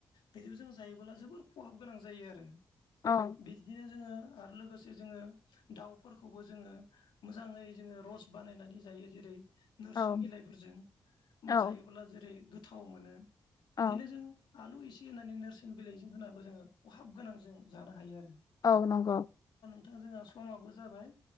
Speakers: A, on the left (about 90°); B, on the left (about 50°).
A: थाइजौ जों जायोबोब्ला जोबोर खहाब गोनां जायो आरो
B: औ
A: बिदिनो जोङो आरो लोगोसे जोङो दाउ फोर खौबो जोङो मोजाङै जोङो रस बानायनानै जायो जेरै नोरसं
B: औ
A: बिलाइफोरजों
B: औ
A: जायोब्ला जेरै गोथाव मोनो
B: औ
A: बिदिनो जों आलु एसे एसे होनानै नोरसोन बिलाइजों होनाबो जोङो खहाब गोनां जों जानो हायो आरो
B: औ नंगौ
A: दा जोंहा समाबो जाबाय